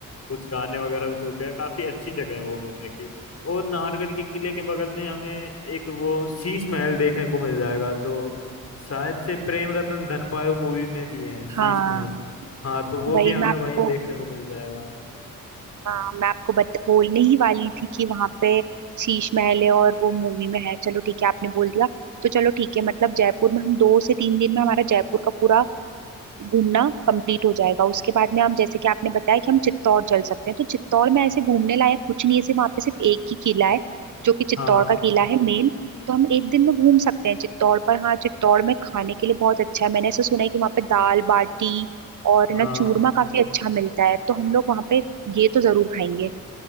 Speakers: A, on the left (about 50°); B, on the right (about 60°).
A: कुछ गाने वगैरह भी शूट हुए हैं काफी अच्छी जगह है वो घूमने की और नाहरगढ़ के किले के बगल में हमें एक वो शीश महल देखने को मिल जाएगा जो शायद से प्रेम रतन धनपायो मूवी में भी है शीश
B: हाँ
A: महल हाँ तो वो
B: वही
A: भी हमें
B: मैं आपको
A: वहीं देखने को मिल जाएगा
B: हाँ मैं आपको बत, बोलने ही वाली थी कि वहां पे शीश महल है और वो मूवी में है चलो ठीक है आपने बोल दिया तो चलो ठीक है मतलब जयपुर में हम दो से तीन दिन में हमारा जयपुर का पूरा घूमना कंप्लीट हो जाएगा उसके बाद में हम जैसे कि आपने बताया कि हम चित्तौड़ चल सकते हैं तो चित्तौड़ में ऐसे घूमने लायक कुछ नहीं है सिर्फ वहाँ पे सिर्फ एक ही किला है जो कि चित्तौड़
A: हाँ
B: का किला है मेन तो हम एक दिन में घूम सकते हैं चित्तौड़ पर हाँ चित्तौड़ में खाने के लिए बहुत अच्छा है मैंने ऐसा सुना है कि वहाँ पे दाल बाटी और
A: हाँ
B: ना चूरमा काफी अच्छा मिलता है तो हम लोग वहाँ पे ये तो जरूर खाएंगे